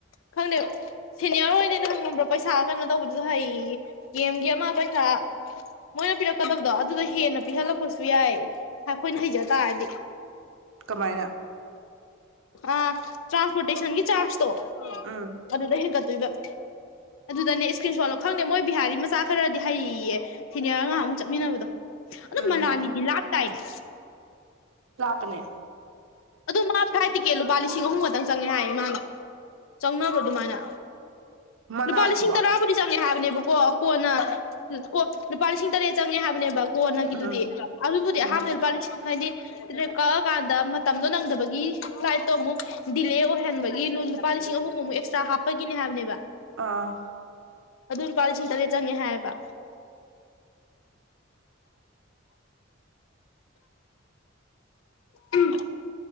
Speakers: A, on the left; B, on the right.
A: ꯈꯪꯗ ꯁꯤꯅꯤꯌꯔ ꯑꯣꯏꯗꯣꯏꯅ ꯍꯪꯉꯝꯕ꯭ꯔꯥ ꯄꯩꯁꯥ ꯀꯩꯅꯣ ꯇꯧꯕꯗꯨꯁꯨ ꯍꯩ ꯒꯦꯝꯒꯤ ꯑꯃ ꯄꯩꯁꯥ ꯃꯣꯏꯅ ꯄꯤꯔꯛꯀꯗꯕꯗꯣ ꯑꯗꯨꯗ ꯍꯦꯟꯅ ꯄꯤꯍꯜꯂꯛꯄꯁꯨ ꯌꯥꯏ ꯑꯩꯈꯣꯏꯅ ꯍꯩꯖ ꯇꯥꯗꯤ
B: ꯀꯃꯥꯏꯅ
A: ꯑ ꯇ꯭ꯔꯥꯟꯁꯄꯣꯔꯇꯦꯁꯟꯒꯤ ꯆꯥꯔꯖꯇꯣ
B: ꯎꯝ
A: ꯑꯗꯨꯗ ꯍꯦꯟꯒꯠꯇꯣꯏꯕ ꯑꯗꯨꯗꯅꯦ ꯏꯁꯀ꯭ꯔꯤꯟ ꯁꯣꯠꯂꯣ ꯈꯪꯗꯦ ꯃꯣꯏ ꯕꯤꯍꯥꯔꯤ ꯃꯆꯥ ꯈꯔꯗꯤ ꯍꯩꯌꯦ ꯁꯤꯦꯅꯤꯌꯥꯔ ꯑꯉꯥꯡꯃꯨꯛ ꯆꯠꯃꯤꯟꯅꯕꯗꯣ ꯑꯗꯨ
B: ꯎꯝ
A: ꯃꯅꯥꯂꯤꯗꯤ ꯂꯥꯇꯥꯥꯏꯅꯦ
B: ꯄꯥꯞꯅꯦ
A: ꯑꯗꯣ ꯃꯥ ꯐ꯭ꯂꯥꯏꯠ ꯇꯤꯀꯦꯠ ꯂꯨꯄꯥ ꯂꯤꯁꯤꯡ ꯑꯍꯨꯝ ꯈꯛꯇꯪ ꯆꯪꯉꯦ ꯍꯥꯏꯌꯦ ꯃꯥꯅ ꯆꯪꯅꯕ꯭ꯔꯣ ꯑꯗꯨꯃꯥꯏꯅ
B: ꯃꯅꯥꯂꯤꯕꯣ
A: ꯂꯨꯄꯥ ꯂꯤꯁꯤꯡ ꯇꯔꯥꯕꯨꯗꯤ ꯆꯪꯉꯦ ꯍꯥꯏꯕꯅꯦꯕꯀꯣ ꯀꯣꯟꯅ ꯀꯣ ꯂꯨꯄꯥ ꯂꯤꯁꯤꯡ ꯇꯔꯦꯠ ꯆꯪꯉꯦ ꯍꯥꯏꯕꯅꯦꯕ ꯑꯣꯅꯒꯤꯗꯨꯗꯤ
B: ꯎꯝ
A: ꯑꯗꯨꯕꯨꯗꯤ
B: ꯎꯝ
A: ꯑꯍꯥꯟꯕꯗ ꯂꯨꯄꯥ ꯂꯤꯁꯤꯡ ꯍꯥꯏꯗꯤ ꯀꯛꯑ ꯀꯥꯟꯗ ꯃꯇꯝꯗꯣ ꯅꯪꯗꯕꯒꯤ ꯐ꯭ꯂꯥꯏꯠꯇꯣ ꯑꯃꯨꯛ ꯗꯤꯂꯦ ꯑꯣꯏꯍꯟꯕꯒꯤ ꯂꯨꯄꯥ ꯂꯤꯁꯤꯡ ꯑꯍꯨꯝꯃꯨꯛ ꯑꯦꯛꯁꯇ꯭ꯔꯥ ꯍꯥꯞꯄꯒꯤꯅꯦ ꯍꯥꯏꯕꯅꯦꯕ
B: ꯑꯥ
A: ꯑꯗꯨ ꯂꯨꯄꯥ ꯂꯤꯁꯤꯡ ꯇꯔꯦꯠ ꯆꯪꯉꯦ ꯍꯥꯏꯕ ꯎꯝ